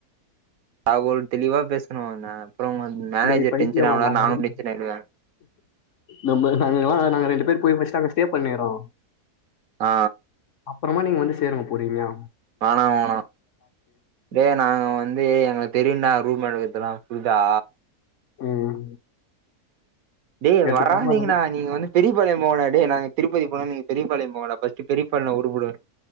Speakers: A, on the right; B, on the left.
A: ராகுல் தெளிவா பேசணோ நா அப்புறோ மேனேஜர்
B: டேய் பைத்தியோ
A: டென்ஷன் ஆவுனாரு
B: நாங்க
A: நானு
B: ரெடி
A: டென்ஷன் ஆயிடுவே
B: நம்ம நாங்களா நாங்க ரெண்டு போய் பஸ்ட் அங்க நாங்க ஸ்டே பண்ணிறோ
A: ஆ
B: அப்புறமா நீங்க வந்து சேருங்க பொறும்யா
A: வேணா வேணா டேய் நாங்க வந்து எங்களுக் தெரியும்ண்டா ரூம் எடுக்குறதுக் இதலா ஃபுட்டா
B: ம்
A: டே அங்க
B: எத்துக்கலாமா
A: வராதீங்கடா
B: ரூமு
A: நீங்க வந்து பெரிய பாளையம் போங்கடா டேய் நாங்க திருப்பதி போனா நீங்க பெரியப்பாளையம் போங்கடா ஃபர்ஸ்ட் பெரியபாளையம் உருப்பிடுவேன்